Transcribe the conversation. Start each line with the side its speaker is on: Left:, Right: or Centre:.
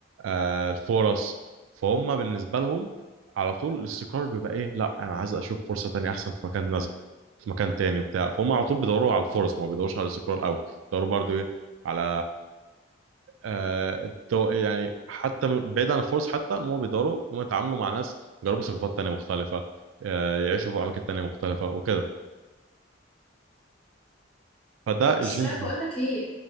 Right: آه، الفرص فهم بالنسبه لهم على طول الاستقرار بيبقى ايه لا انا عايز اشوف فرصه تانية احسن في مكان نزل في مكان تاني وبتاع فهم على طول بيدوروا على الفرص ما بيدوروش على الاستقرار قوي بيدوروا برضو ايه على آه، الدو... يعني حتى من- بعيد عن الفرص حتى ان هم بيقدروا ان هم يتعاملوا مع ناس يجربوا ثقافات تانية مختلفة آه، يعيشوا في اماكن تانية مختلفة وكده فده الجين
Centre: بس لا
Right: زي
Centre: بقولك ايه